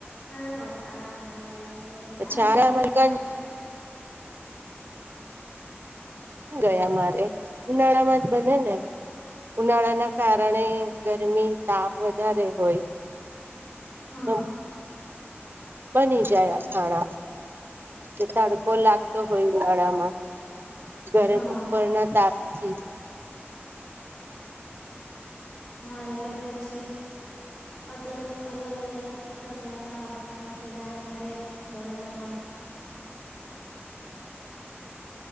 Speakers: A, on the left; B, on the right.
A: કયો અથાણા બનાવ અલગ અલગ બનાયા
B: પછી
A: તમે?
B: આરામાં ક ગયા મારે ઉનાળામાં જ બને ને ઉનાળા ના કારણે જે ગરમી તાપ વધારે હોય
A: હા
B: તો બની જાય આથાણા કે તડકો લાગતો હોય ઉનાળામાં ગર
A: હા
B: ઉપરના તાપથી
A: હા એટલે પછી અત્યારે અલગ અલગ પ્રકારના અથાણા બધા મળે બજારમાં